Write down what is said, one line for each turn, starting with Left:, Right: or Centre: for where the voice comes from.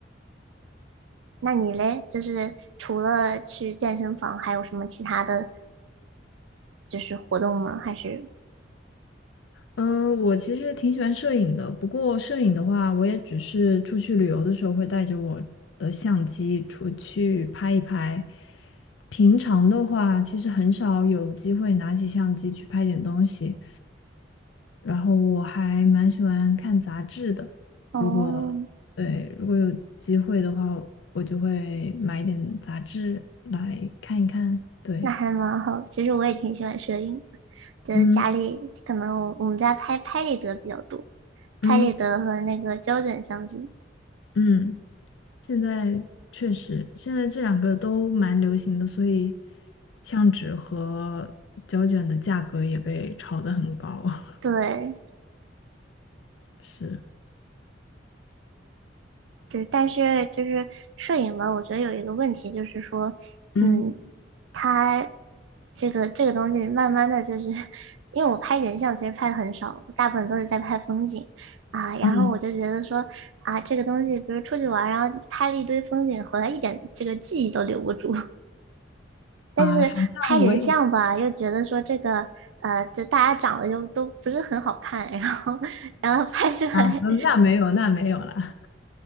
Right: 那你嘞，就是除了去健身房，还有什么其他的就是活动吗？还是
Left: 嗯，呃我其实挺喜欢摄影的，不过摄影的话，我也只是出去旅游的时候会带着我的相机出去拍一拍。平常的话，其实很少有机会拿起相机去拍点东西。然后我还蛮喜欢看杂志的，
Right: 哦，
Left: 如果对，如果有机会的话，我就会买一点杂志来看一看。对，
Right: 那还蛮好的其实我也挺喜欢摄影的，就是家里可能我我们家拍拍立得比较多。
Left: 嗯
Right: 拍立得和那个胶卷相机。
Left: 嗯嗯。现在确实，现在这两个都蛮流行的，所以相纸和胶卷的价格也被炒得很高。<laughs>
Right: 对，
Left: 是，
Right: 就是但是就是摄影吧，我觉得有一个问题就是说，
Left: 嗯
Right: 嗯，它这个这个东西慢慢的就是，<laughs> 因为我拍人像其实拍的很少，大部分都是在拍风景啊，然后我就觉得说啊，
Left: 嗯，
Right: 这个东西比如出去玩儿然后拍了一堆风景，回来一点这个记忆都留不住。<laughs> 但是拍人像吧，
Left: 啊，好像我也是
Right: 又觉得说这个，呃，就大家长得就都不是很好看，然后，然后拍出来
Left: 啊，那没有，那没有了。